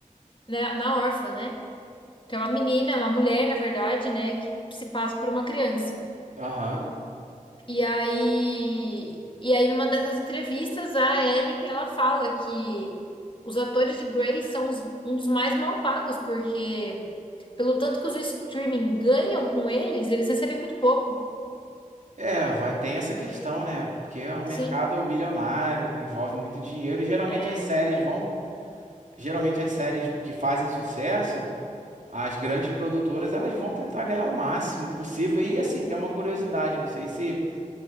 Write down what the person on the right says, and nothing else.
Aham.
É, vai, tem essa questão, né? Porque é um mercado
milionário, envolve muito dinheiro, e geralmente
as séries vão. Geralmente as séries que fazem sucesso, as grandes produtoras, elas vão tentar ganhar o máximo possível. E assim, tem uma curiosidade, não sei se,